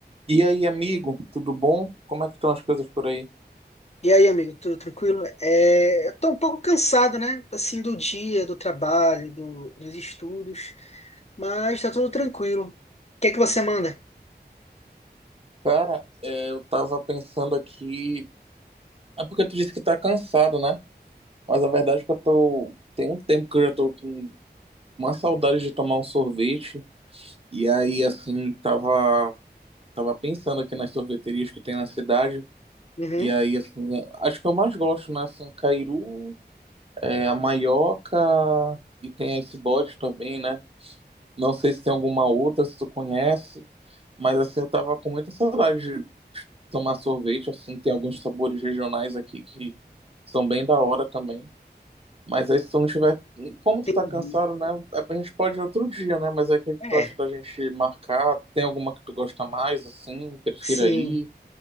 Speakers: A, on the right (about 35°); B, on the left (about 40°).
A: E aí, amigo, tudo bom? Como é que estão as coisas por aí?
B: E aí, amigo, tudo tranquilo? É, eu tô um pouco cansado, né? Assim, do dia, do trabalho, do- dos estudos, mas tá tudo tranquilo. O que é que você manda?
A: Cara, é, eu tava pensando aqui. É porque tu disse que tá cansado, né? Mas a verdade é que eu tô. Tem um tempo que eu já tô com uma saudade de tomar um sorvete. E aí, assim, tava, tava pensando aqui nas sorveterias que tem na cidade.
B: Uhum,
A: E aí, assim, acho que eu mais gosto, né? Assim, Cairu, é, a Maioca e tem a Icebox também, né? Não sei se tem alguma outra, se tu conhece, mas assim, eu tava com muita saudade de tomar sorvete, assim, tem alguns sabores regionais aqui que são bem da hora também. Mas aí se tu não tiver, como tu
B: entendi.
A: tá cansado, né, a gente pode ir outro dia, né, mas aí o que que
B: É,
A: tu acha da gente marcar? Tem alguma que tu gosta mais, assim, prefira
B: sim.
A: ir?